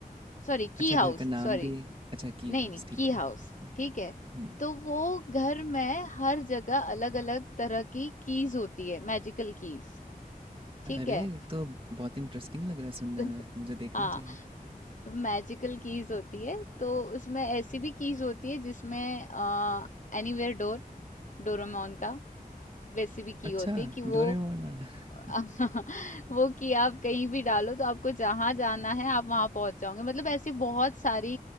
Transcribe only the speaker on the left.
sorry key
house,
sorry.
नहीं,
नहीं
की
हाउस
ठीक है
तो वो घर में हर जगह अलग अलग तरह की कीज होती है मैजिकल कीज ठीक
है
तो,
हाँ
मैजिकल कीज होती है तो उसमें ऐसी भी कीज होती है जिसमें आ, एनीवेयर डोर डोरेमोन का वैसी भी की
होती है कि
वो
<laughs>
वो की आप कहीं भी डालो तो आपको जहां जाना है आप वहां पहुंच जाओगे मतलब ऐसी बहुत सारी